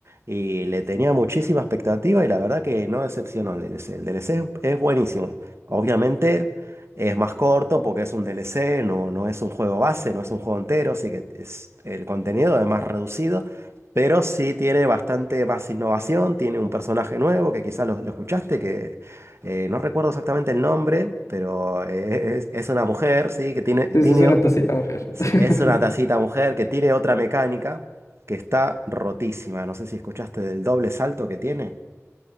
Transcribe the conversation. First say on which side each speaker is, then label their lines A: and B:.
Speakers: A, on the right; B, on the left.
A: y le tenía muchísima expectativa y la verdad que no decepcionó el D L C El D DLC es, es buenísimo. Obviamente es más corto porque es un D L C no, no es un juego base, no es un juego entero, así que es, el contenido es más reducido, pero sí tiene bastante más innovación, tiene un personaje nuevo que quizás lo, lo escuchaste, que eh, no recuerdo exactamente el nombre, pero eh, es, es una mujer, sí, que tiene,
B: Entonces
A: tiene
B: es una tacita mujer.
A: Sí,
B: <laughs>
A: es una tacita mujer que tiene otra mecánica que está rotísima. No sé si escuchaste del doble salto que tiene.